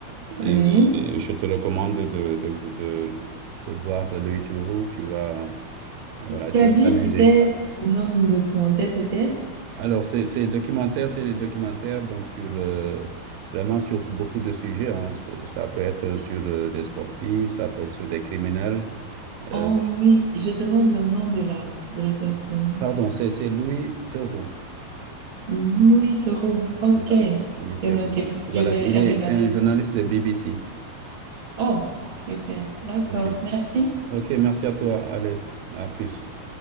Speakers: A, on the right (about 85°); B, on the right (about 20°).
A: Et,
B: Oui.
A: et je te recommande de, de, de, de, de voir Le Louis Tourou, tu vas, voilà,
B: Tu
A: tu
B: as
A: vas
B: dit,
A: t'amuser.
B: c'était le nom du documentaire, c'était.
A: Alors, ces ces documentaires, c'est des documentaires donc sur, euh, vraiment sur beaucoup de sujets. hein. Ce- Ça peut être sur euh, des sportifs, ça peut être sur des criminels.
B: Oh
A: Euh,
B: oui, je demande le nom de la, de la personne.
A: pardon, c'est c'est Louis Tourou.
B: Louis Theroux. Ok,
A: Voilà,
B: c'est
A: Louis Theroux.
B: noté.
A: Et Voilà,
B: Je vais
A: il est,
B: regarder
A: c'est un journaliste
B: ça.
A: de BBC.
B: Oh, super. D'accord.
A: OK.
B: Merci.
A: OK, merci à toi. Allez, à plus.